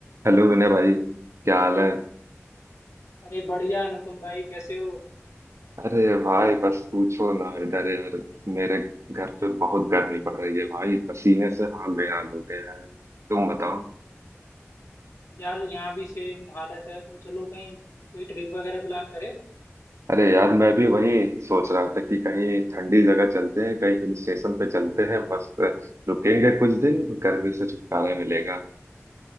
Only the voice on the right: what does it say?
Hello Vinay भाई क्या हाल है
अरे भाई बस पूछो ना इधर यार मेरे घर पे बहुत गर्मी पड़ रही है भाई पसीने से हाल बेहाल हो गया है तुम बताओ
अरे यार मैं भी वही सोच रहा था कि कहीं ठंडी जगह चलते हैं कहीं हिल स्टेशन पे चलते हैं बस रुकेंगे कुछ दिन गर्मी से छुटकारा मिलेगा